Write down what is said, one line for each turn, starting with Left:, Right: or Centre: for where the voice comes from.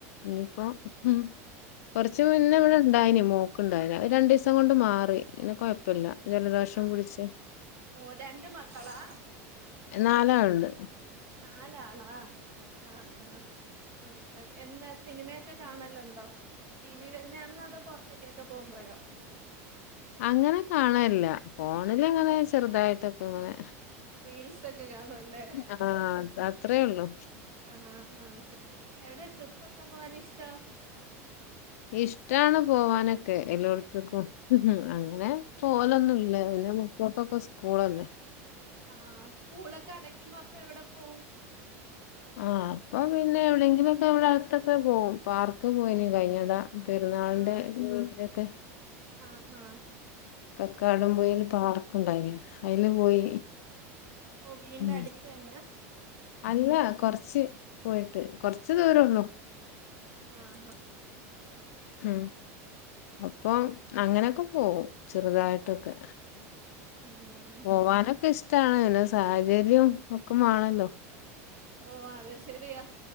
Left: ഇനിയിപ്പോ ഉം കൊറച്ച് മുന്നേ ഇവിടെ ഇണ്ടായിന് മോക്ക് ണ്ടായിനി അ ത് രണ്ടു ദിവസം കൊണ്ട് മാറി ഇന്ന് കൊഴപ്പല്ല ജലദോഷം
Right: ആഹ്
Left: പിടിച്ച്
Right: ഓ രണ്ട് മക്കളാ
Left: അ നാലാൾണ്ട്
Right: നാലാളാ ആഹ് ആഹ് ഓക്കെ ഓക്കെ എന്താ സിനിമയൊക്കെ കാണലുണ്ടോ ടി വി വരുന്നതാണെന്ന് അതോ പൊ റത്തേക്കൊക്കെ പോകുമ്പോഴോ
Left: അങ്ങനെ കാണല്ല ഫോണില് അങ്ങനെ ചെറുതായിട്ടൊക്കെ ഇങ്ങനെ
Right: റീൽസ് ഒക്കെ കാണുവല്ലേ
Left: ആ അത്രയേ ഉള്ളു
Right: ആഹ് ആഹ് ഓക്കെ എവിടെ ട്രിപ്പ് ഒക്കെ പോവാന് ഇഷ്ടം
Left: ഇഷ്ടാണ് പോവാനൊക്കെ എല്ലോടത്തെക്കും അങ്ങനെ പോവലൊന്നും ഇല്ല പിന്നെ മക്കക്കൊക്കെ സ്കൂളോറന്നു
Right: ആ സ്കൂളൊക്കെ അടക്കുമ്പോ അപ്പൊ എവിടെ പോവും
Left: ആ അപ്പൊ പിന്നെ എവിടെയങ്കിലുമൊക്കെ ഇവിടെ അടുത്തൊക്കെ പോവും പാർക്ക് പോയിന് കഴിഞ്ഞട പെരുന്നാളിന്റെ
Right: ആഹ്
Left: ലീവിലൊക്കെ
Right: ആഹാ
Left: കക്കാടം പൊയ്യെല് പാർക്കുണ്ടായിന് അതില് പോയി
Right: ഓ വീടിന്റെ
Left: ഉം
Right: അടുത്ത് തന്നെ
Left: അല്ല കൊറച്ച് പോയിട്ട് കൊറച്ച് ദൂരള്ളു
Right: ഉം ആഹാ
Left: ഹ അപ്പം അങ്ങനൊക്കെ പോവും ചെറുതായിട്ടൊക്കെ
Right: ഉം
Left: പോവാനൊക്കെ ഇഷ്ടാണ് പിന്നെ സാഹചര്യം ഒക്കെ വാണല്ലോ
Right: ഓ അത് ശെരിയാ